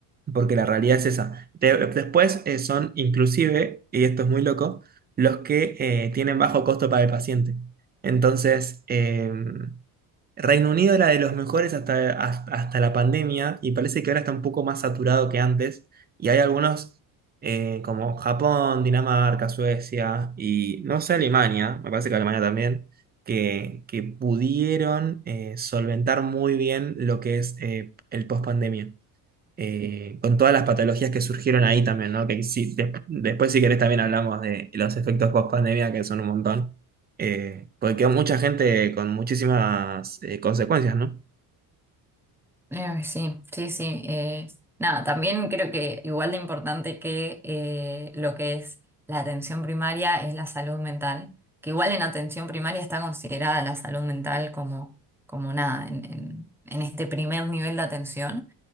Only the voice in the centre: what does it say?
Eh, sí, sí, sí. eh, nada, también creo que igual de importante que eh, lo que es la atención primaria es la salud mental, que igual en atención primaria está considerada la salud mental como, como nada, en, en- en este primer nivel de atención.